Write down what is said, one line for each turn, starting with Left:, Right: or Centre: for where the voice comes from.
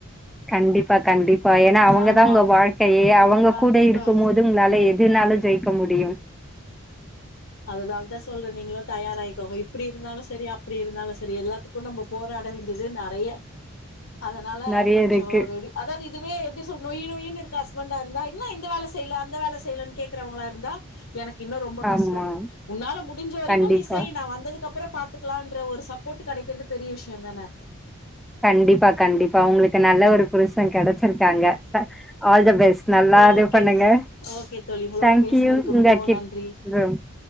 Centre: கண்டிப்பா கண்டிப்பா ஏன்னா அவங்க
Left: ஆமா
Centre: தா உங்க வாழ்க் கையே அவங்க
Left: கண்டிப்பா
Centre: கூட இருக்கு போது உங்களால எதுனாலு ஜெய்க்க முடியு
Left: அதனாலதா சொல்றே நீங்களு தயாராய்க்கோங்க இப்டி இருந்தாலு சரி அப்டி இருந்தாலு சரி எல்லாத்துக்கு நம்ம போராட வேண்டியது நெறைய அதனால
Centre: நெறைய
Left: கொஞ்சோ
Centre: இருக்கு
Left: ரெடி அதாவது இதுவே ப்டி சொல்னு நொய்யி நொய்யின்னு இருக்க ஹஸ்பண்டா இருந்தா இன்னு இங்க வேல செய்ல அந்த வேல செய்லனு கேக்குறவங்களா இருந்தா எனக் இன்னு ரொம்ப கஷ்டோ
Centre: ஆமா
Left: உன்னால முடிஞ்ச வரைக்கும்
Centre: கண்டிப்பா
Left: நீ செய் நா வந்ததுக் கப்புறோ பாத்துக் கலான்ற ஒரு சப்போட்டு கெடைக்கறதுக் பெரிய விஷ்யந்தான
Centre: கண்டிப்பா கண்டிப்பா உங்களுக்கு நல்ல ஒரு புருஷ கெடைச்சிருக் காங்க <unintelligible> ஆல் த பெஸ்ட் நல்லா
Left: ஓகே
Centre: இது பண்ணுங்க
Left: ஓகே தோழி உங்களோட
Centre: தேங்க்
Left: பேசுனதுக்கு
Centre: யூ உங்ககிட்
Left: மிகவு நன்றி
Centre: ரொம்